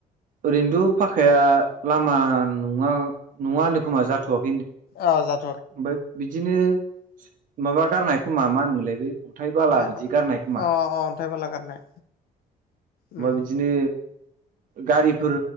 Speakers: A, on the right; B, on the left.
A: ओरैनोथ' फाखाया लामा नङा नङा होनदों खोमा जाथ'वाखै
B: औ जाथ
A: ओमफफ्राय बिदिनो माबा गारनायखौ मा मा होनोमोनलाय बे हथाय बाला
B: ए
A: बिदि गारनाय खोमा
B: अ अन्थाइ बाला गारनाय
A: अबा
B: उम
A: बिदिनो गारिफोर